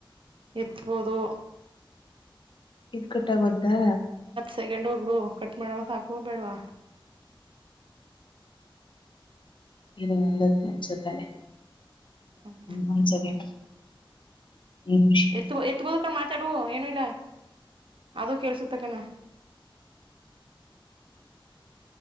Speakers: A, on the right; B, on the left.
A: ಎತ್ಬದೋ
B: ಇಕಟ್ಟುಆಗಾಯೊತ್ತಾ
A: ಸೆಕೆಂಡ್ ಒಬ್ಡು ಕಟ್ ಮಾಡವ ಸಾಕ ಬೇಡವಾ
B: ಇದು ಒಂದಕ್ಕ ನಿಂಚ ತಲೆೆ
A: ಹ್ಮ್
B: ಒಂದು ಸೆಕೆಂಡ್ ನಿಮಿಷ
A: ಎತ್ ಎತ್ತ ಬೋದ ಕಡೆ ಮಾತಾಡು ಏನು ಇಲ್ಲ ಅದು ಕೇಳಿಸುತ್ತಾ ತಕಣ